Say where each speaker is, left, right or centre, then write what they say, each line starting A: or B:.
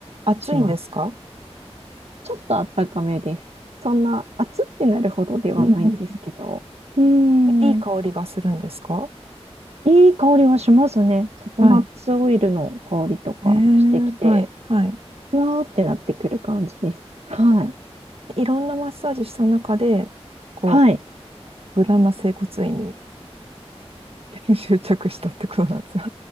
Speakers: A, on the right; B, on the right.
A: 暑いんですか
B: します。ちょっとあったかめです。そんな暑ってなるほどではないんですけど、
A: うんうんうん。
B: うーん。
A: いい香りがするんですか
B: いい香りはしますね。ココナッツオイルの香りとかしてきて、
A: はい。えー、はい。はい。
B: ふわーってなってくる感じです。はい。
A: いろんなマッサージした中で、こう、
B: はい。
A: 無難な整骨院に <laughs> 執着したってことなんですか